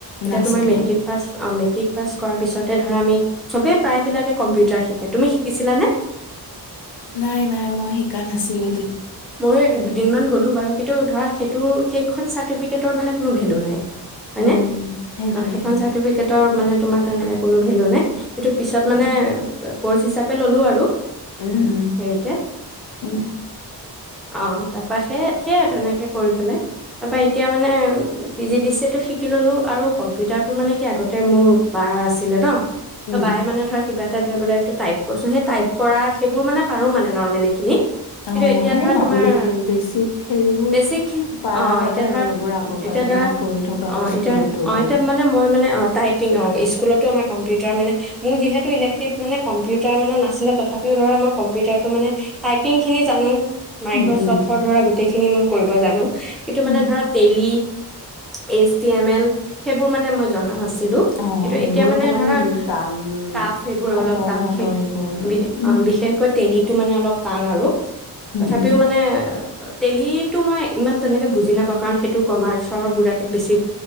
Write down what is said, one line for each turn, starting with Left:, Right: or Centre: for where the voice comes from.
Centre: এতিয়া
Left: নাছিলে
Centre: তোমাৰ মেট্ৰিক
Left: অ'।
Centre: পাছ অ- মেট্ৰিক পাছ কৰা পিছতে ধৰা আমি চবে প্ৰায়বিলাকে কম্পিউটাৰ শিকে, তুমি শিকিছিলানে?
Left: নাই নাই মই শিকা নাছিলো।
Centre: মই দুদিনমান গ'লো বাৰু কেইতিয়াও ধৰা সেইটোৰ সেইখন চাৰ্টিফিকেটৰ মানে কোনো ভেল্যু নাই। হয়নে
Left: উম, সেইটোৱে
Centre: অঁ সেইখন
Left: সেইটোৱে।
Centre: চাৰ্টিফিকেটৰ মানে তোমাৰ তেনেকৈ কোনো ভেল্যু নাই। এইটো পিছত মানে
Left: উম,
Centre: ক'ৰ্চ হিচাপে ল'লোঁ আৰু <unintelligible>
Left: উম, উম,
Centre: হেৰিতে
Left: উম,
Centre: অঁ, তাৰপৰা সেই-সেইয়া তেনেকৈ কৰি পেলাই, তাৰপৰা এতিয়া মানে P G D C A টো শিকি ললোঁ আৰু কম্পিউটাৰটো মানে কি আগতে মোৰ বাৰ আছিলে ন
Left: উম।
Centre: বায়ে মানে ধৰা কিবা এটা তেওঁ বোলে এইটো টাইপ কৰছে সেই টাইপ কৰা সেইবোৰ মানে পাৰো মানে নৰ্মেলি খিনি।
Left: অঁ',
Centre: কিন্তু এতিয়া
Left: সেই
Centre: ধৰা
Left: ন-ব-বেছিক
Centre: তোমাৰ
Left: হেৰিবোৰ
Centre: বেছিক
Left: পাৰা
Centre: অ
Left: হয়
Centre: এতিয়া
Left: আৰু
Centre: ধৰ
Left: সেইবোৰ আগৰ
Centre: এতিয়া
Left: পৰাই
Centre: ধৰা
Left: ন কৰি থকা হয়
Centre: অ' এতিয়া
Left: স্কুলতো
Centre: অ'
Left: পায়।
Centre: এতিয়া মানে মই মানে অ' টাইপিং অ স্কুলতো আমাৰ কম্পিউটাৰ মানে মোৰ যিহেতু ইলেক্টিভ মানে কম্পিউটাৰ মানে নাছিলে তথাপিও ধৰা মই কম্পিউটাৰটো মানে টাইপিং জানো মাইক্ৰচফ্টৰ
Left: উম, উম,
Centre: ধৰা গোটেই <unintelligible> মই কৰিব জানো। কিন্তু মানে
Left: উম,
Centre: ধৰা Tally H T M L, সেইবোৰ মানে মই জনা নাছি
Left: অ',
Centre: কিন্তু
Left: সেইবোৰ
Centre: এতিয়া মানে
Left: অকমান
Centre: ধৰা
Left: টান
Centre: টাফ সবোৰ
Left: খাপৰ
Centre: অলপ টাফ
Left: ন
Centre: বিশেষ-বি-অ-বিশেষকৈ
Left: ত সেইবোৰ উম, উম।
Centre: টেলীটো মানে অলপ টান আৰু। তথাপিও
Left: উম
Centre: মানে, টেলীটো মই ইমান তেনেকে বুজি নাপাওঁ কাৰণ সেইটো ৰ্চৰ গুে বেছি